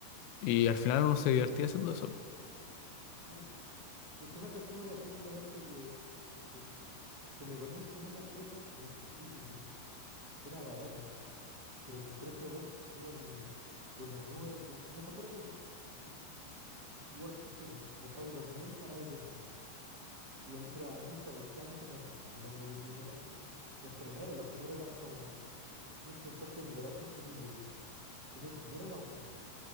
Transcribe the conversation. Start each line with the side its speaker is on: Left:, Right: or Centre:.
Left: y al final uno se divertía haciendo eso.
Right: Sí, po. Es que esa cuestión era simplemente que. com- Es que le poníais como una pieza en específico, que era barata, pero el precio del auto se iba como por las nubes de- con esa pura cosa. Entonces, mm, worth al tiro. Gastabais 2000, ganabais 10.000. Y a mí- pero a mí, ¿sabéis qué? A mí sí me gustaban los de duplicar autos. Los primeros, los primeros eran como, tenías que comprarte un garaje específico, tenías que tener un auto.